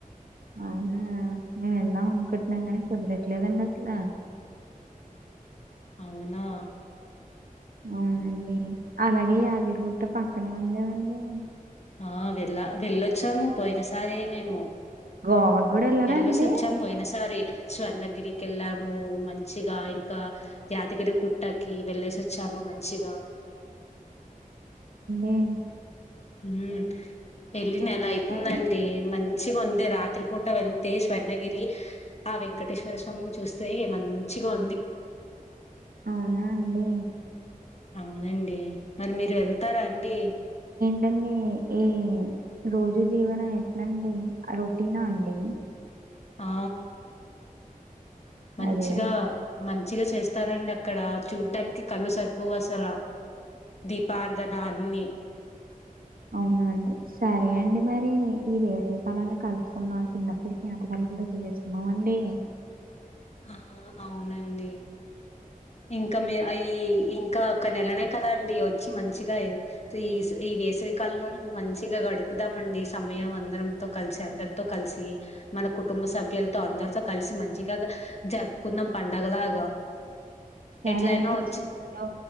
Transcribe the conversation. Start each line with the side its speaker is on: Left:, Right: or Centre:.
Right: అవునా మేము వెళ్దాం అనుకుంటున్నాం కానీ కుదరట్లేదండి అసల
Left: అవునా
Right: అవునండి అలాగే ఈ యాదిగుట్ట పక్కనే ఉంది కదండి
Left: ఆ వెళ్లా వవెళ్ళో వచము పోయిన సరే మేము.
Right: గోవాకు గూడా ఎళ్లారా
Left: వెళ్లేసొచ్చాం
Right: అండి?
Left: పోయినసారి. స్వర్ణగిరి కి వెళ్ళాము మంచిగా ఇంకా యాదగిరి గుట్టకి వెళ్ళేసి వచ్చాము మంచిగా.
Right: మ్.
Left: వివేక్. ఎల్లి నెల అయితుందండి
Right: మరి?
Left: మన్ మంచిగుంది రాత్రిపూట వెళ్తే స్వర్ణగిరి ఆ వెంకటేశ్వర స్వామిని చూస్తే మంచిగా ఉంది.
Right: అవునా అండి.
Left: అవునండి మరి మీరు వెళ్తారా అండి.
Right: ఏంటండి ఈ రోజు జీవనం ఎట్లండి రొటీనా అండి.
Left: ఆ. మంచిగా.
Right: అదే అవును.
Left: మంచిగా చేస్తానరండి అక్కడ చూడ్డానికి కళ్ళు సరిపోవ్ అసల. దీపార్థన అన్ని.
Right: అవునండి సరే అండి మరి ఈ వేసవి కాలంలో కలుసుకున్నాం చిన్నప్పుటి ఙ్ఞాపకాలు అన్ని గుర్తు చేస్తుకున్నాం అండి.
Left: ఆహా అవునండి. ఇంకా మీ ఐ ఇంకా ఒక నెలనే కదా అండి. వచ్చి మంచిగా ఈ ఈ వేసవి కాలంలో మంచిగా గడుపుదామండి. సమయం అందరం తో కలిసి అందరితో కలిసి మన కుటుంబ సభ్యులతో అందరితో కలిసి మంచిగా గ. జరుపుకుందాం పండగలాగా.
Right: హాయ్
Left: ఎట్లయినా
Right: అండి.
Left: వచ్చి
Right: చెరువులో